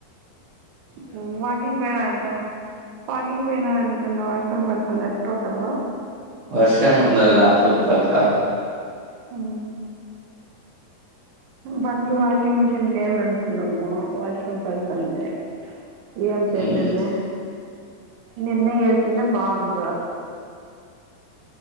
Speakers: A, on the right (about 80°); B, on the right (about 60°).
A: మ్ వాకింగ్ పోయినా అంటావ్ వాకింగ్ పోయినాను అంటున్నావ్ వర్షం పడుతుంది ఎట్ట పోతావు
B: వర్షం మనల్ని ఆపుద్దాకా
A: హమ్ బట్లు వాషింగ్ మిషిన్కి వెేయాలకున్నాము వర్షం పడుతుంది ఏం చేసేది
B: మ్మ్
A: నీన్న ఏసిన్న బాగుండు